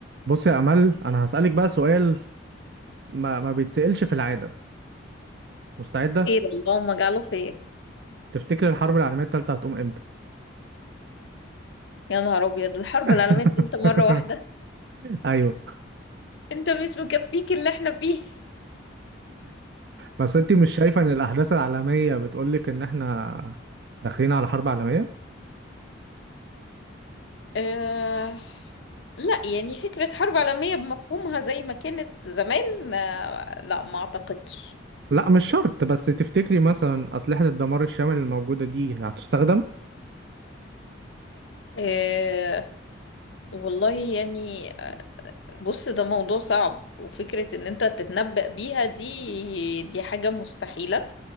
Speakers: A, on the right; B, on the left.
A: بص يا امل انا هسالك بقى سؤال ما ما بيتسالش في العاده مستعده
B: خير اللهم اجعله خير
A: تفتكر الحرب العالميه الثالثه هتقوم امتى
B: يا نهار ابيض الحرب
A: <laughs>
B: العالميه الثالثه مره واحده
A: ايوه
B: انت مش مكفيك اللي احنا فيه
A: بس انت مش شايفه ان الاحداث العالميه بتقولك ان احنا داخلين على حرب عالميه
B: آه لا يعني فكره حرب عالميه بمفهومها زي ما كانت زمان آه لا ما اعتقدش
A: لا مش شرط بس تفتكري مثلا اسلحه الدمار الشامل الموجوده دي هتستخدم
B: آه والله يعني آه، بص ده موضوع صعب وفكره ان انت تتنبأ بيها دي دي حاجه مستحيله